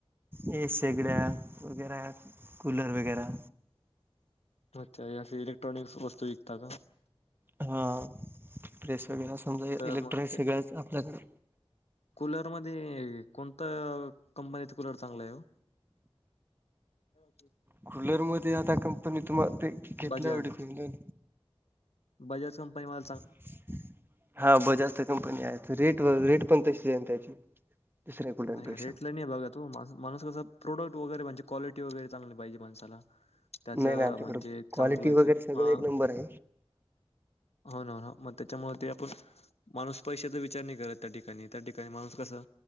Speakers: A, on the right; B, on the left.
A: ये सेगड्या वगैर कूलर वगैरा.
B: अच्छा. या असे इलेक्ट्रॉनिक् वस्तू विकत का.
A: हा. प्रेस वगैरे समजा
B: तर
A: इलेक्ट्रॉनिक
B: मग ते
A: सगळच आपल्याकडे
B: कूलर मध्ये कोणत कंपनीच कूलर चांगलाय ओ? अब.
A: कुलरमध्ये आता कंपनी तुम्हाला ते घेतल्या
B: बजाज
A: आवड तुमला.
B: बजाज कंपनी वा
A: हा. बजाज जास्त कंपनी आहे रेट व रेट पण तशी आहे त्याची. दुसऱ्या कुलरपेक्षा
B: नाही रेटला नाही बघा तू मा माणूस कस प्रोडक्ट वगैरे म्हणजे क्वालिट वगैरे चांगली पाहिजे माणसाला. त्याचं
A: नाही ना आमच्याकडे
B: म्हणजे
A: क्वालिटी
B: चांगलंच
A: वगैरे
B: अ
A: सगळं एक नंबर आहे
B: होन हो. मग त्याच्यामुळे ते आपण माणूस पैशाचा विचार नाही करत, त्या ठिकाणी त्या ठिकाणी माणूस कसा